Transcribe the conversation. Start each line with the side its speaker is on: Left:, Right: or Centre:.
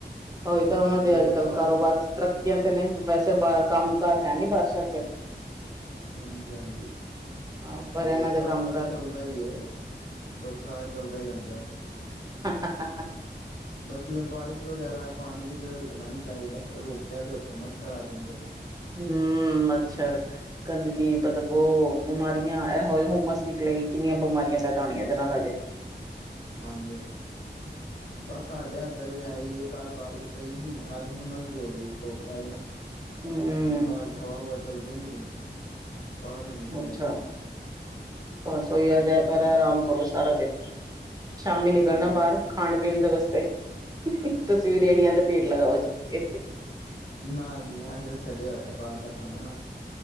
Right: ਉਹੀ ਤਾਂ ਉਹਨਾਂ ਦੇ
Left: ਜਿਵੇਂ
Right: ਅੱਜ ਕੱਲ
Left: ਬਾਰਿਸ਼
Right: ਕਾਰੋਬਾਰ ਤਰੱਕੀਆਂ ਤੇ ਨੇ, ਵੈਸੇ ਭਾਰ ਕੰਮ ਕਾਰ ਹੈ ਨੀ ਬਾਰਿਸ਼ਾਂ ਚ'।
Left: ਹਾਂਜੀ- ਹਾਂਜੀ।
Right: ਹਾਂ ਪਰ ਇਹਨਾਂ
Left: ਡੋਕਟਰਾਂ
Right: ਕੰਮ
Left: ਦਾ ਤਾਂ
Right: ਕਾਰ
Left: ਚੱਲਦਾ ਹੀ। ਡੋਕਟਰਾਂ ਦਾ ਚੱਲਦਾ ਹੀ ਰਹਿੰਦਾ ਹਾਂ।
Right: ਹਾਂ- ਹ- ਹਾ।
Left: - <inaudible> ਬਸ ਜਿਵੇਂ ਬਾਰਿਸ਼ ਵਗੈਰਾ ਪਾਣੀ ਕਿਧਰ ਰੁਕਣਾ ਨੀ ਚਾਹੀਦਾ, ਰੁਕਿਆ ਤੇ ਉੱਥੇ ਮੱਛਰ ਆ ਜਾਂਦੇ ਨੇ।
Right: ਹੂ- ਮੱਛਰ ਗੰਦਗੀ, ਬਦਬੋ ਬਿਮਾਰੀਆਂ ਇਹੋ ਜਿ ਹੁਮਸ ਨਿਕਲੇਗੀ, ਕਿੰਨੀਆਂ ਬਿਮਾਰੀਆਂ ਫ ਹੋਣੀਆਂ ਇਹਦੇ ਨਾਲ ਹਜੇ।
Left: ਹਾਂਜੀ ਹਾਂਜੀ ਬਸ ਸਾਡੇ। ਇੱਧਰ ਵੀ ਆਈ ਹੈ, ਕੱਲ੍ਹ ਬਾਰਿਸ਼ ਪਈ ਸੀ, ਅੱਜ ਹੁੰਮਸ ਜੀ ਹੋ ਗਈ ਧੋਪ ਆਈ ਨਾ।
Right: ਹਮਮ।
Left: ਹੁਣ ਭਾਰ ਹਵਾ ਹੁਵਾ ਚੱਲਦੀ ਨੀ ਪਈ। ਬਾਹਰ ਨੀ ਨਿਕਲਿਆ
Right: ਅੱਛਾ
Left: ਜਾਂਦਾ
Right: ਬਸ ਓਇ ਆ ਜਾ ਐਤਵਾਰ ਹਾ ਆਰਾਮ ਕਰੋ ਸਾਰਾ ਦਿਨ। ਸ਼ਾਮੀ ਨਿਕਲਣਾ
Left: ਹਾਂਜੀ
Right: ਬਾਹਰ ਖਾਣ ਪੀਣ ਦੇ ਵਾਸਤੇ, ਤੁਸੀਂ ਵੀ ਰਿਹੜੀਆਂ ਤੇ। ਭੀੜ ਲੱਗਾ ਬਚ ਕੇ।
Left: ਨਾ ਜੀ ਨਾ ਅਸੀਂ ਤਾਂ ਛੱਡਿਆ ਹੋਇਆ ਬਾਹਰ ਦਾ ਖਾਣਾ। ਨਾ